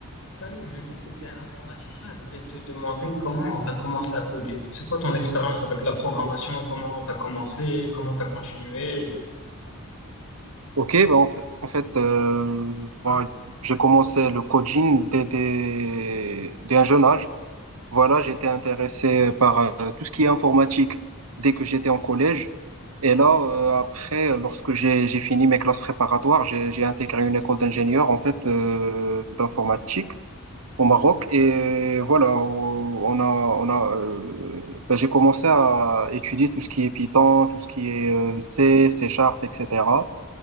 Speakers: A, on the left; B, on the right.
A: Salut, j'ai vu que tu étais informaticien. Je voulais te demander comment tu as commencé à coder. C'est quoi ton expérience avec la programmation? Comment tu as commencé? Comment tu as continué et tout.
B: Ok, ben en fait, en fait, euh, moi, j'ai commencé le coaching dès, dès, dès un jeune âge. Voilà, j'étais intéressé par euh, tout ce qui est informatique dès que j'étais en collège. Et là, euh, après, lorsque j'ai, j'ai fini mes classes préparatoires, j'ai, j'ai intégré une école d'ingénieur en fait euh, d'informatique au Maroc. Et voilà, on a, on a, euh, ben, j'ai commencé à étudier tout ce qui est Python, tout ce qui est euh, C, C Sharp, etc.